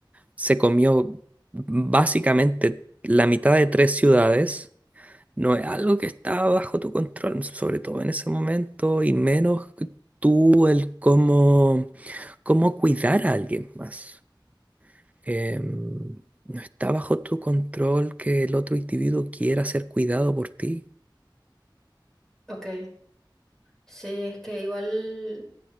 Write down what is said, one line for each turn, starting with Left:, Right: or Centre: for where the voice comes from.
Right: se comió básicamente la mitad de tres ciudades no es algo que está bajo tu control, sobre todo en ese momento, y menos que tú el cómo, cómo cuidar a alguien más. Em, no está bajo tu control que el otro individuo quiera ser cuidado por ti.
Centre: Ok, sí, es que igual